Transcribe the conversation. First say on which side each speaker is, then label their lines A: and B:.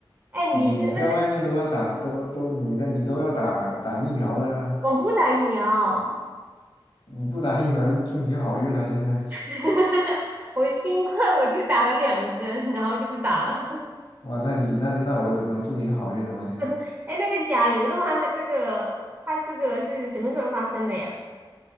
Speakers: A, on the right (about 30°); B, on the left (about 70°).
A: 哎，
B: 你你在外面都要打，
A: 你什么时候？
B: 都都你在你都要打打疫苗的啊，
A: 我不打疫苗，
B: 你不打疫苗祝你好运了，现在。
A: <laughs> 我新冠我就打了两针，然后就不打了。
B: 哇，那你那那我只能祝你好运了，我天！
A: <laughs> 哎，那个甲流的话，它这个它这个是什么时候发生的呀？